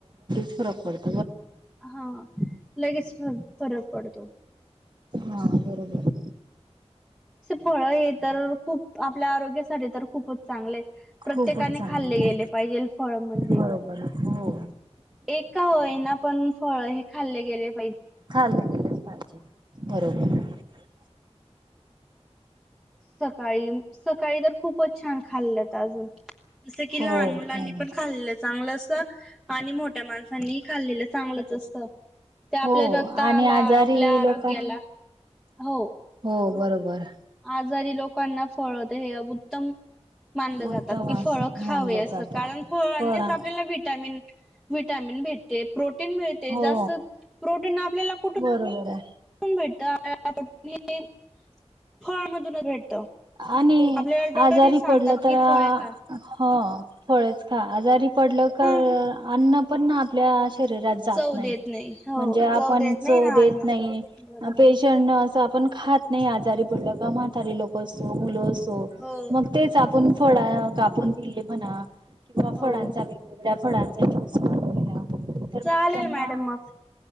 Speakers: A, on the right; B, in the centre.
A: रकड
B: हा लगेच फरक पडतो
A: हा बरोबर
B: फळ हे तर खूप आपल्या आरोग्यासाठी तर खूपच चांगले
A: खूपच
B: प्रत्येकाने
A: चांगली
B: खाल्ले
A: आहे
B: गेले पाहिजे फळ म्हणजे
A: बरोबर हो
B: एका होय ना पण फळ हे खाल्ले गेले पाहिजे
A: खाल्लं गेलंच पाहिजे. बरोबर
B: सकाळी सकाळी तर खूपच छान खाल्लंत अजून जस की
A: हो
B: लहान मुलांनी
A: हो
B: पण खाल्लेलं चांगलं अस आणि मोठ मोठ्या माणसांनी खाल्लेलं चांगलंच असतं त्या आपल्या
A: हो
B: रक्ताला
A: आणि आजारी
B: आपल्या आरोग्याला
A: लोक
B: हो
A: हो बरोबर
B: आजारी लोकांना फळत हे उत्तम मान जातात
A: उत्तम
B: की फळ खावे
A: मानलं
B: अस
A: जात
B: कारण फळ
A: फळा
B: आपल्याला विटमिन विटामिन भेटते प्रोटीन मिळते
A: हो
B: जास्त प्रोटीन आपल्याला कुठ
A: बरोबर आहे.
B: भेटत हे फळमधूनच भेटत
A: आणि
B: आपल्याला डॉक्टरही
A: आजारी
B: सांगतात
A: पडल तर
B: की फळे खा
A: हो फळच खा आजारी अन्न
B: हा
A: पण आपल्या शरीरात शरीरात जात
B: चव
A: नाही
B: देत हो
A: म्हणजे आपण
B: चव देत नाही
A: जो
B: ना
A: देत
B: अन्न
A: नाही
B: बरोबर
A: पेशंट असं पण खात नाही आजारी पडलं का म्हातारी लोक असो किंवा मुलं असो
B: हो
A: मग तेच आपण फळ कापून दिले म्हणा किंवा
B: हो
A: फळांचा वेगवेगळ्या फळांचा ज्यूस करून दिला तर
B: चालेल
A: मग त्यांना
B: मॅडम मग